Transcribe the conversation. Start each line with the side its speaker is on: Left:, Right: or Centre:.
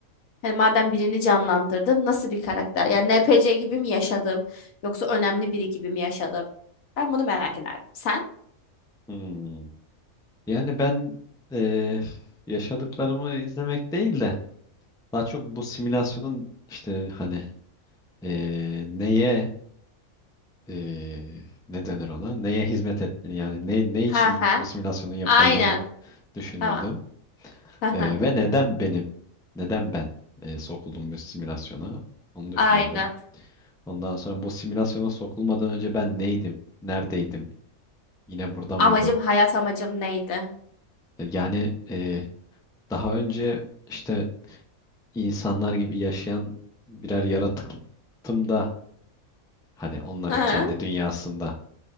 Left: Hani madem birini canlandırdım nasıl bir karakter? Yani NPC gibi mi yaşadım yoksa önemli biri gibi mi yaşadım? Ben bunu merak ederdim. Sen?
Centre: hmm. Yani ben e, yaşadıklarımı izlemek değil de daha çok bu simülasyonun işte hani e, neye eee, ne denir ona? Neye hizmet ettiğini yani ne, ne
Left: Ha
Centre: için
Left: ha.
Centre: bu simülasyonun yapıldığını
Left: Aynen.
Centre: düşünürdüm.
Left: Tamam. Ha
Centre: Eee,
Left: ha.
Centre: ve neden benim, neden ben eee, sokuldum bu simülasyona onu düşünürdüm.
Left: Aynen.
Centre: Ondan sonra bu simülasyona sokulmadan önce ben neydim, neredeydim, yine burada
Left: Amacım,
Centre: mıydım?
Left: hayat amacım neydi?
Centre: E, yani eee, daha önce işte insanlar gibi yaşayan birer yaratıktım da hani onların
Left: Ha
Centre: kendi
Left: ha.
Centre: dünyasında